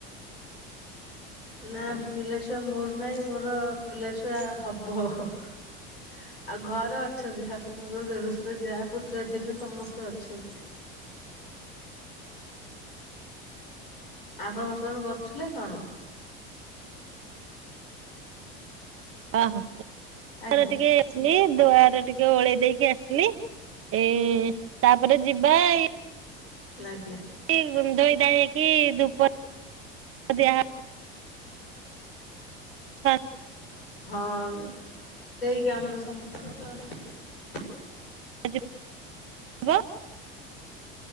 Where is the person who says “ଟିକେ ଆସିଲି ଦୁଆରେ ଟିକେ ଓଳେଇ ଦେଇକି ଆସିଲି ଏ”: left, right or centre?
Right